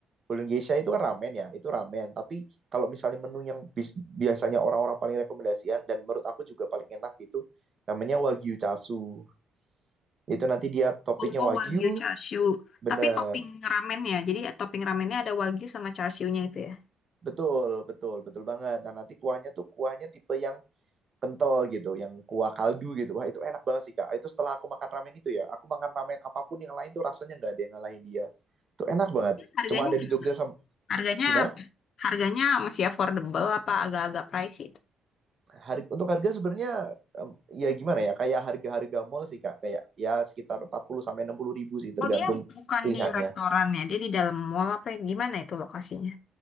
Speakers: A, on the right (about 45°); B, on the left (about 60°).
A: Golden Geisha itu kan ramen ya, itu ramen. Tapi kalau misalnya menu yang bis- biasanya orang-orang paling rekomendasian dan menurut aku juga paling enak itu namanya Wagyu Chasu. Itu nanti dia topiknya
B: Oh,
A: Wagyu,
B: Wagyu Chashu.
A: bener.
B: Tapi topping ramennya. Jadi eh, topping ramennya ada Wagyu sama Chashu-nya itu ya.
A: Betul, betul, betul banget. Nah, nanti kuahnya tuh kuahnya tipe yang kental gitu, yang kuah kaldu gitu. Wah itu enak banget sih kak. Itu setelah aku makan ramen itu ya, aku makan ramen apapun yang lain tuh rasanya nggak ada yang ngalahin dia. Itu enak banget.
B: Harganya
A: Cuma ada di
B: gimana?
A: Jogja sama
B: Harganya
A: gimana?
B: harganya masih affordable apa agak-agak pricey itu?
A: Hari, untuk harga sebenarnya em, ya gimana ya? Kayak harga-harga mall sih kak. Kayak ya sekitar 40 sampai 60 ribu sih tergantung
B: Oh, dia bukan
A: pilihannya.
B: di restoran ya. Dia di dalam mall apa ya? Gimana itu lokasinya?